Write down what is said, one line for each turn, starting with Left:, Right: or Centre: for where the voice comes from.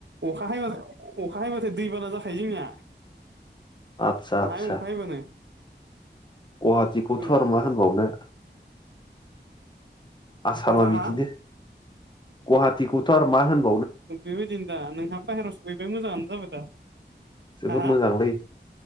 Right: अखा हाबाथाय अखा हायबाथाय दैबाना जाखायो जोंनिया।
Left: आदसा आदसा
Right: माहाय अखाय हायोबानो।
Left: गुवाहाटिखौथ'
Right: उम
Left: आरो मा होनबावनो। आसामा
Right: आंहाहा
Left: बिदिनो गुवाहाटिखौथ' आरो मा होन
Right: बेबायदिनो दा नोंहा बाहेराव सुहैबाय मोजाङानो जाबाय दा।
Left: जोबोद
Right: हाहा
Left: मोजांलै